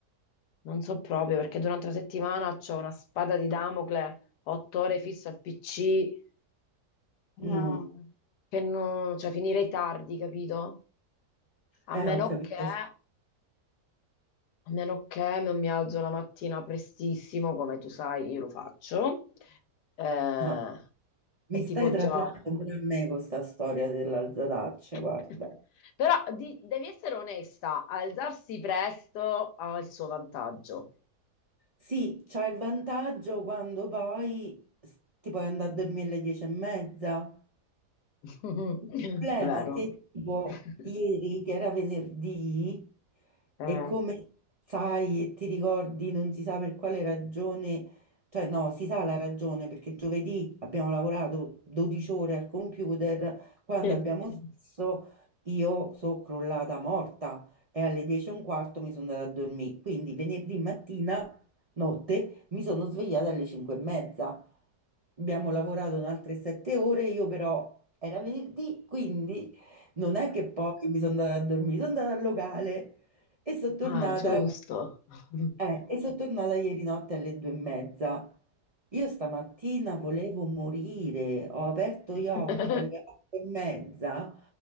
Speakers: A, on the left; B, on the right.
A: non so proprio perché durante la settimana ho una spada di Damocle, otto ore fisso al PC, No.
B: mm,
A: che non, cioè finirei tardi, capito? A
B: eh,
A: meno
B: ho capito.
A: che, a
B: sì.
A: meno che non mi alzo la mattina prestissimo, come tu sai, io lo faccio, eh,
B: No, mi
A: è
B: stai
A: tipo
B: trapiando
A: già.
B: pure a me con sta storia dell'alzataccia,
A: <laughs>
B: guarda.
A: Però di- devi essere onesta, alzarsi presto ha il suo vantaggio.
B: Sì, c'ha il vantaggio quando poi s- ti puoi andare a dormire alle dieci e mezza,
A: <laughs>
B: Il Eh. problema
A: Vero?
B: è che tipo
A: <laughs>
B: ieri, che era venerdì,
A: Eh.
B: e come sai e ti ricordi, non si sa per quale ragione, cioè no, si sa la ragione perché giovedì abbiamo lavorato 12 ore al computer, quando
A: <laughs>
B: abbiamo smesso io sono crollata morta e alle 10 e un quarto mi sono andata a dormire, quindi venerdì mattina, notte, mi sono svegliata alle 5 e mezza abbiamo lavorato un'altra sette ore, io però era venerdì, quindi non è che poi mi sono andata a dormire, sono andata al locale e sono tornata,
A: Ah, giusto. <laughs>
B: eh, e sono tornata ieri notte alle due e mezza. Io stamattina volevo morire, ho aperto gli occhi
A: Però
B: alle otto e mezza